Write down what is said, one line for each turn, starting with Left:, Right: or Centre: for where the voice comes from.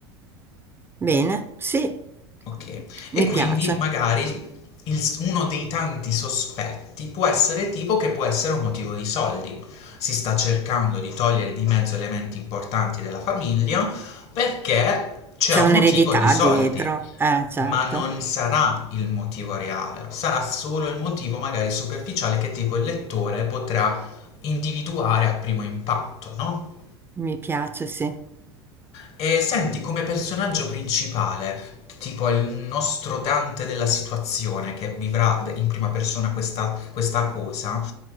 Right: Bene, sì,
Left: ok? E
Right: mi
Left: quindi
Right: piace.
Left: magari il s- uno dei tanti sospetti può essere tipo che può essere un motivo di soldi. Si sta cercando di togliere di mezzo elementi importanti della famiglia perché c'è
Right: C'è
Left: un
Right: un'eredità
Left: motivo di soldi.
Right: dietro, eh, certo,
Left: Ma non sarà il motivo reale, sarà solo il motivo magari superficiale che tipo il lettore potrà individuare a primo impatto, no?
Right: mi piace, sì.
Left: E senti come personaggio principale, tipo il nostro Dante della situazione che vivrà d- in prima persona questa, questa cosa,